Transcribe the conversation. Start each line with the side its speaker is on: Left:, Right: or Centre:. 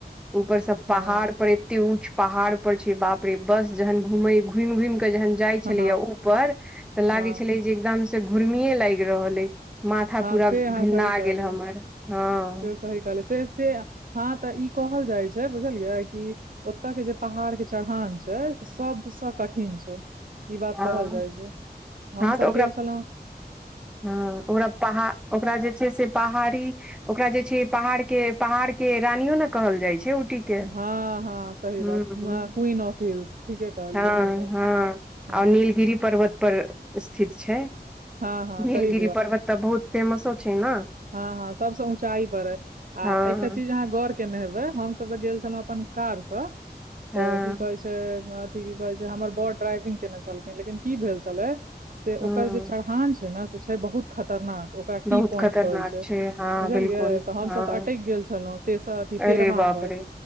Centre: ऊपर सब
Right: हँ
Centre: पहाड़ पर एते ऊच्च पहाड़ पर छैय बाप रे बस जेहन घुमेै घुयम- घुयम के जेहन जाय
Right: हँ
Centre: छेलेैय ऊपर तऽ लागेै
Right: हँ
Centre: छेलेै जे एकदम से घुर्मीेये लाग रहल ऐ माथा
Right: हँ
Centre: पूरा
Right: से अहाँ
Centre: भिन्ना
Right: सही कहलियै
Centre: गेल हमर हँ
Right: से सही कहले से से हँ तऽ ई कहल जाइ छै बुझलियै कि ओतय के जे पहाड़के चढ़ान छै से सभसँ कठिन छै ई बात
Centre: हँ
Right: कहल जाइ छै हमस
Centre: हँ तऽ ओकरा
Right: गेल छलहुँ
Centre: हँ ओकरा पहा ओकरा जे छैय से पहाड़ी। ओकरा जे छैय पहाड़ के पहाड़ के रानियों ने कहल जाय छै उटी के
Right: हँ हँ सही बात
Centre: हँ
Right: क्वीन ऑफ हिल्स ठीके कहलियै
Centre: हँ
Right: अहाँ ई बात
Centre: ह
Right: हँ
Centre: और नीलगिरी पर्वत पर स्थित छैय
Right: हँ हँ
Centre: नीलगिरी
Right: तहि
Centre: पर्वत तऽ बहुत फेमसो छैय न
Right: ह ह सबस ऊँचाई पर अैय आ
Centre: हँ
Right: एकटा चीज अहाँ गर के ने हेबे हम सब तऽ गेल छेलौ अपन कार स
Centre: हँ
Right: तऽ की कहेै छैय से अथि की कहै छैय हमर बड़ ड्राइविंग केने छलखिन लेकिन की भेल छलै से
Centre: हँ
Right: ओकर जे चढ़ान छैय न से छैय बहुत खतरनाक ओकर टी
Centre: बहुत
Right: पॉइंट
Centre: खतरनाक
Right: कहैय छैय
Centre: छै हँ
Right: बुझलियै
Centre: बिलकुल
Right: तऽ हमसभ
Centre: हँ
Right: तऽ अटैक गेल छेलौ तेसर अथी
Centre: अरे
Right: तेरवां
Centre: बाप
Right: पर
Centre: रे